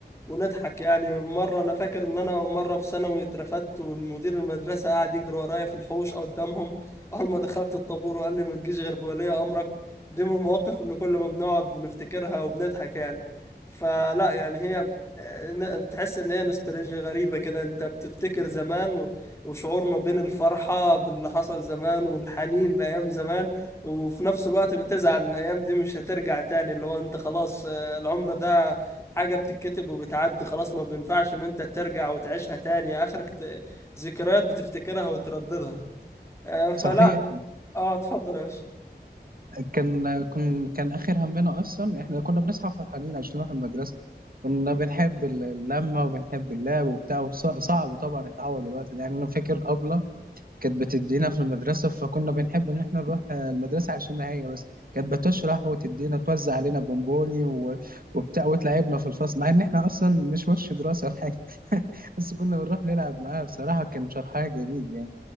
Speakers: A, on the left (about 15°); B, on the right (about 55°).
A: ونضحك يعني مرة أنا فاكر إن أنا مرة في ثانوي اترفدت والمدير المدرسة قعد يجري ورايا في الحوش أو قدامهم أول ما دخلت الطابور وقال لي ما تجيش غير بولي أمرك دي من المواقف اللي كل ما بنقعد بنفتكرها وبنضحك يعني فلا يعني هي آه، ن- تحس إن هي نوستالجيا غريبة كده أنت بتفتكر زمان و- وشعور ما بين الفرحة باللي حصل زمان والحنين لأيام زمان وفي نفس الوقت بتزعل إن الأيام دي مش هترجع تاني اللي هو أنت خلاص آه، العمر ده حاجة بتتكتب وبتعدي خلاص ما بينفعش ان انت ترجع وتعيشها تاني اخرك ت... ذكريات بتفتكرها وترددها آه، فلا
B: صحيح
A: اه اتفضل يا باشا
B: كان كن كان آخر همنا أصلا إحنا كنا بنصحى فرحانين عشان نروح المدرسة كنا بنحب اللمة وبنحب اللعب وبتاع وص- صعب طبعا اتعود الوقت ده يعني أنا فاكر أبلة كانت بتدينا في المدرسة فكنا بنحب إن إحنا نروح آه، المدرسة عشان هي بس كانت بتشرح وتدينا توزع علينا بونبوني و- وبتاع وتلعبنا في الفصل مع إن إحنا أصلا مش وش دراسة ولا حاجة بس كنا بنروح نلعب معاه بصراحة كان شرحها جميل يعني